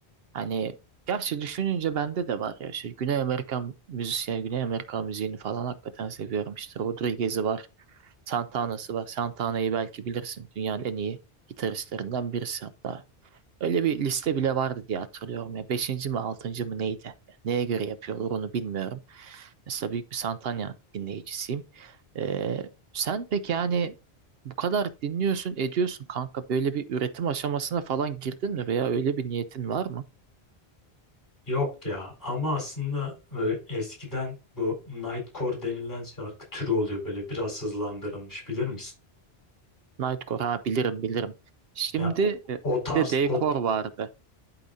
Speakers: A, on the right; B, on the left.
A: Hani gerçi düşününce bende de var ya işte Güney Amerika müzisyen, Güney Amerika müziğini falan hakikaten seviyorum işte. Rodriguez'i var, Santana'sı var. Santana'yı belki bilirsin dünyanın en iyi gitaristlerinden birisi hatta. Öyle bir liste bile vardı diye hatırlıyorum ya. Beşinci mi altıncı mı neydi? Neye göre yapıyorlar onu bilmiyorum. Mesela büyük bir Santana dinleyicisiyim. Ee, sen peki yani bu kadar dinliyorsun, ediyorsun kanka böyle bir üretim aşamasına falan girdin mi veya öyle bir niyetin var mı?
B: Yok ya ama aslında böyle eskiden bu Nightcore denilen şarkı türü oluyor böyle biraz hızlandırılmış bilir misin?
A: Nightcore ha bilirim bilirim. Şimdi
B: Ya o,
A: e,
B: o tarz
A: bir de Daycore
B: o,
A: vardı.